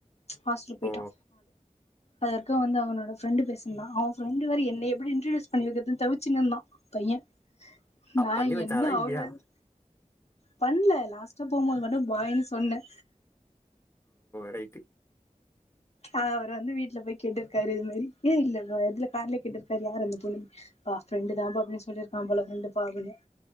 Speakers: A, on the left; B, on the left.
A: ஹாஸ்டல் போய்ட்டா
B: ஓ
A: அதற்கு வந்து அவனோட ஃபிரெண்டு் பேசுனா அவ ஃபிரெண் இது மாரி என்னய எப்டி இன்ட்ருடியூஸ் பண்ணி வெக்குறது தவிச்சினிந்தா பைய
B: அப்பண்ணி
A: நா
B: வச்சாரா
A: என்ன
B: இல்லியா
A: அவரு வந்து பண்ல லாஸ்டா போபோது மட்டு பாய்னு சொன்ன
B: பைக்கு
A: அவர் வந்து வீட்டு்ல போய் கேட்டிருக்காரு இது மாரி ஏ இல்ல எதுல கார்ல கேட்டிருக்காரு யாரந்த பொண்ணு பா ஃபிரெண்டு தா பா அப்டின்னு சொல்லிருக்கா போல ஃபிரெண்டு பா அப்புனு